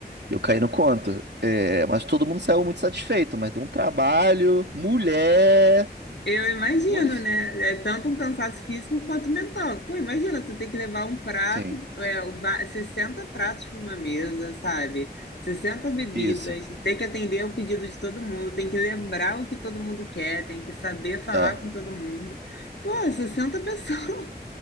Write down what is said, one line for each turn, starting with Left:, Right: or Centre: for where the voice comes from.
Right: Eu caí no conto. É, mas todo mundo saiu muito satisfeito, mas deu um trabalho. Mulher.
Left: Eu imagino,
Right: Mulher.
Left: né? É tanto um cansaço físico quanto mental. Pô, imagina, tu ter que levar um prato,
Right: Sim,
Left: é, o va- 60 pratos para uma mesa, sabe? 60 bebidas,
Right: isso.
Left: ter que atender o pedido de todo mundo, tem que lembrar o que todo mundo quer, tem que saber falar
Right: É.
Left: com todo mundo. Pô, sessenta <laughs> pessoas.